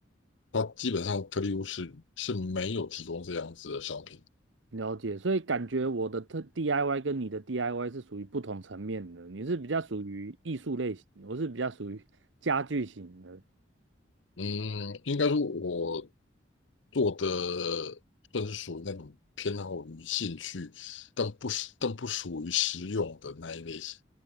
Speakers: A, on the left; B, on the right.
A: 它基本上特力屋是是没有提供这样子的商品。
B: 了解，所以感觉我的特 DIY 跟你的 DIY 是属于不同层面的。你是比较属于艺术类型，我是比较属于家具型的。
A: 嗯，应该说我做的算是属于那种偏好于兴趣，但不是但不属于实用的那一类型。